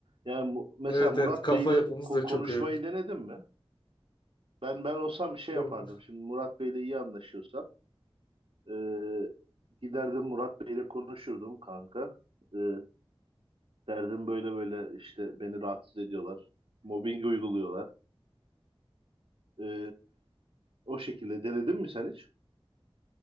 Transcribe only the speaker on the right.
Yani mu- mesela
Murat
Bey'le
ko-
konuşmayı
denedin mi? Ben ben olsam şey
yapardım. Şimdi Murat Bey'le iyi anlaşıyorsam e, giderdim Murat Bey'le konuşurdum kanka. E, derdim böyle böyle işte beni rahatsız ediyorlar. Mobbing uyguluyorlar. E, o şekilde denedin mi sen hiç?